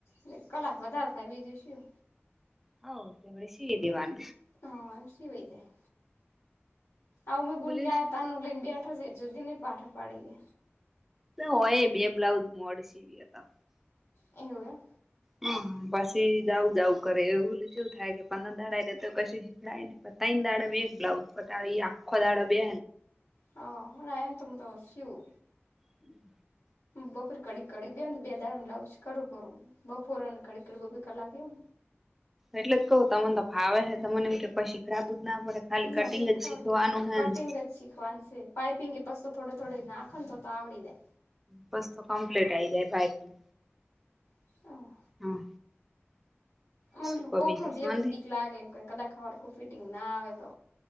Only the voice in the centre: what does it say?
હઉ ત બ શી દેવાન.
બોલ્યું
શું
હોય બે બ્લાઉજ મોડ સીવી હતા.
હમ પછી જઉું જઉું કરે એવુંલું શું થાય કે પંદર દાડા રે તો પછી. ને પતા ને દાડ બે બ્લાઉજ પતા આખો દાડ બે.
હમ.
એટલે જ કઉું તમને તો ભાવે છે તને એમ કે શીખરાબું જ ના પડે. ખાલી
કટિંગ
જ શીખવાનું હે
ને
બસ તો કમ્પ્લીટ આ આવી જાય ભાઈથી
હા.
શું
કો
બીજી
શાંતિ